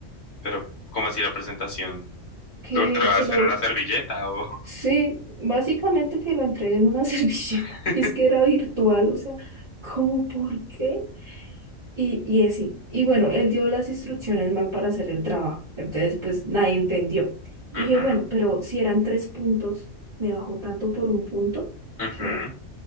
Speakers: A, on the left; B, on the right.
A: Pero, ¿cómo así la presentación?
B: Que,
A: ¿Lo entraste
B: que lo
A: en una servilleta o...?
B: Sí, básicamente que lo entregué en una <laughs> servilleta.
A: <laughs>
B: Y es que era virtual, o sea, ¿cómo por qué? Y, y así. Y bueno, él dio las instrucciones mal para hacer el trabajo. Entonces, pues nadie entendió. Dije,
A: Ujú,
B: bueno, pero si eran tres puntos, me bajó tanto por un punto.
A: ujú.
B: Dije, bueno,